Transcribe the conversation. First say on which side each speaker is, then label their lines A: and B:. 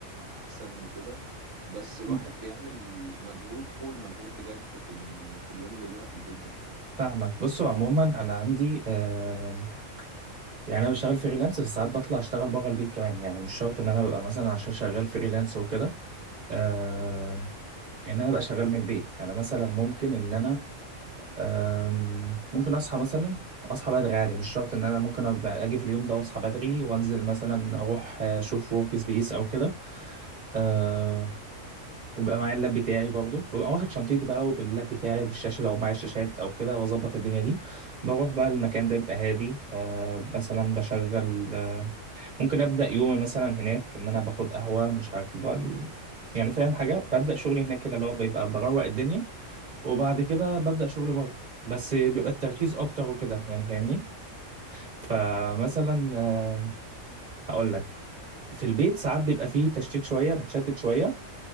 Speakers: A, on the right; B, on the right.
A: احسن وكده بس الواحد
B: مم.
A: بيعمل مجهود فوق المجهود بجد في ال... في اليوم اللي بيبقى في البيت
B: فاهمك بصوا عموما انا عندي آه يعني انا بشتغل فريلانس بس ساعات بطلع اشتغل بره البيت كمان يعني مش شرط ان انا ببقى مثلا عشان شغال فريلانس وكده آه ان انا ابقى شغال من البيت انا مثلا ممكن ان انا آه ممكن اصحى مثلا اصحى بدري عادي مش شرط ان انا ممكن ابقى اجي في اليوم ده واصحى بدري وانزل مثلا اروح آه، اشوف ورك سبيس او كده آه، وبقى معايا اللاب بتاعي برضه ببقى واخد شنطتي بقى وباللاب بتاعي بالشاشه لو معايا الشاشات او كده واظبط الدنيا دي بروح بقى المكان ده بيبقى هادي آه مثلا بشغل آه ممكن ابدا يومي مثلا هناك ان انا باخد قهوه مش عارف اللي هو ال- يعني فاهم حاجه ببدا شغلي هناك كده اللي هو بيبقى بروق الدنيا وبعد كده ببدا شغلي بره بس بيبقى التركيز اكتر وكده يعني فاهمني فمثلا آه، هقول لك في البيت ساعات بيبقى فيه تشتيت شويه بتشتت شويه